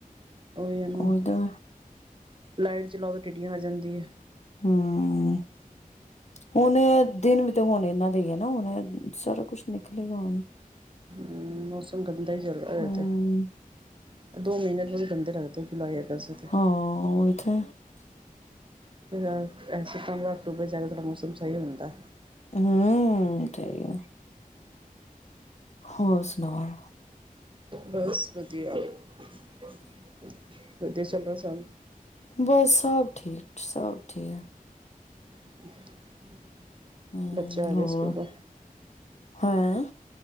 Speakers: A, on the right (about 35°); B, on the left (about 50°).
A: ਉਹੀ ਆ ਨਾ।
B: ਉਹਦਾ
A: ਲਾਈਟ ਚਲਾਉ, ਤਾਂ ਟਿੱਡੀਆਂ ਆ ਜਾਂਦੀਆਂ ਐ।
B: ਹਮ, ਹੁਣ ਦਿਨ ਵੀ ਤਾਂ ਹੁਣ ਇਹਨਾਂ ਦਾ ਹੀ ਨਾ ਹੁਣ ਸਾਰਾ ਕੁਛ ਨਿਕਲੇਗਾ ਹੁਣ।
A: ਹਮ ਮੌਸਮ ਗੰਦਾ ਹੀ ਚੱਲਦਾ
B: ਹਮ
A: ਆ ਤੇ <unintelligible>
B: ਹਾਂ, ਉਹੀ ਤੇ।
A: ਐਸੇ ਹਿਸਾਬ ਮੌਸਮ ਸਹੀ ਹੁੰਦਾ।
B: ਹਮ ਸਹੀ ਆ ਹੋਰ ਸੁਣਾਓ?
A: ਬਸ ਵਧੀਆ-ਵਧੀਆ ਚੱਲ ਰਿਹਾ।
B: ਬਸ ਸਭ ਠੀਕ ਸਭ ਠੀਕ।
A: <inaudible>
B: ਹਮ
A: ਬੱਚੇ ਆ
B: ਹੋਰ।
A: ਗਏ ਸਕੂਲੋਂ
B: ਹੈਏ